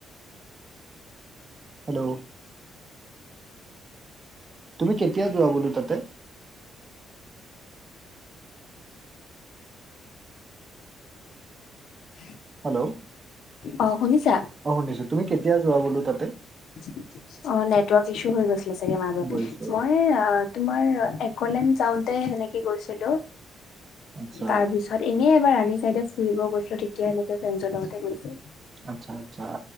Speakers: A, on the right; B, on the left.
A: হেল্ল' তুমি কেতিয়া যোৱা বলো তাতে?
B: <inaudible>
A: হেল্ল'
B: অ শুনিছা?
A: অ, শুনিছোঁ তুমি কেতিয়া যোৱা বোলো তাতে?
B: অ', নেটৱৰ্ক ইছু হৈ গৈছিলে চাগে, মাজতে
A: বুজিছো
B: মই তোমাৰ একলেন যাওঁতে সেনেকে গৈছিলোঁ।
A: আচ্ছা
B: তাৰ পিছত এনেই এবাৰ ৰাণী চাইডে ফুৰিব গৈছিলোঁ তেতিয়া ফ্ৰেজৰ লগতে গৈছোঁ।
A: আচ্ছা আচ্ছা।